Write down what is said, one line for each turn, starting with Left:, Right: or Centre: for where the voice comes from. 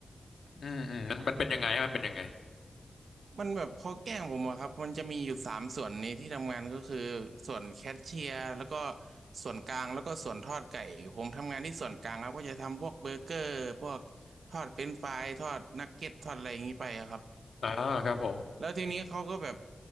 Left: อืมอืมมันมันเป็นยังไงฮะมันเป็นยังไง
Right: มันแบบเขาแกล้งผมอะครับมันจะมีอยู่สามส่วนในที่ทำงานก็คือส่วนแคชเชียร์แล้วก็ส่วนกลางแล้วก็ส่วนทอดไก่ผมทำงานที่ส่วนกลางครับก็จะทำพวกเบอร์เกอร์พวกทอดเฟรนช์ฟรายทอดนักเก็ตทอดอะไรอย่างนี้ไปอะครับ
Left: อ่าครับผม
Right: แล้วทีนี้เขาก็แบบ